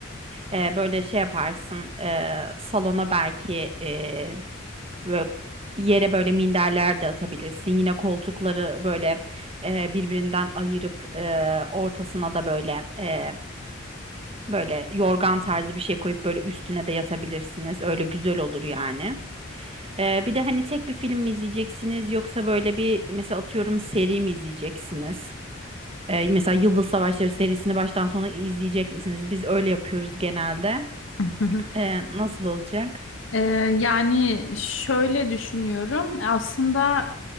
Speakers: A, on the right; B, on the left.
A: Ee, böyle şey yaparsın e, salona belki e, Böyle yere böyle minderler de atabilirsin. Yine koltukları böyle e, birbirinden ayırıp e, ortasına da böyle e, böyle yorgan tarzı bir şey koyup böyle üstüne de yatabilirsiniz. Öyle güzel olur yani. Ee, bir de hani tek bir film mi izleyeceksiniz yoksa böyle bir mesela atıyorum seri mi izleyeceksiniz? Ee, mesela Yıldız Savaşları serisini baştan sona izleyecek misiniz? Biz öyle yapıyoruz genelde.
B: <laughs>
A: Ee, nasıl olacak?
B: Ee, yani şöyle düşünüyorum. Aslında